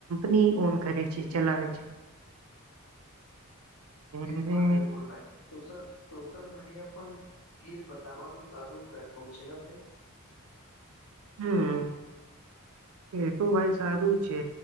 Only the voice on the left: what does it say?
બિલકુલ બિલકુલ ભાઈ સોશલ સોશલ મીડિયા પણ સ્કીલ બતાવવાનું સારું પ્લેટફોર્મ છે ને ભાઈ